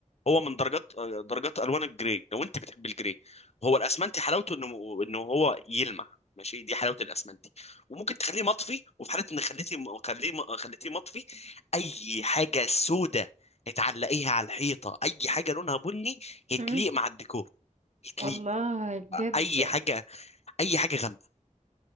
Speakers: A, on the left (about 50°); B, on the right (about 60°).
A: هو من درجات درجات الوان الجراي لو انت بتحب الجراي هو الاسمنتي حلاوته انه انه هو يلمع ماشي دي حلاوه الاسمنتي وممكن تخليه مطفي وفي حاله ان خليتي خليه خليتيه مطفي اي حاجه سودة هتعلقيها على الحيطه اي حاجه لونها بني هتليق
B: امم
A: مع الديكور هتليق
B: والله بجد
A: اي حاجه اي حاجه غامقه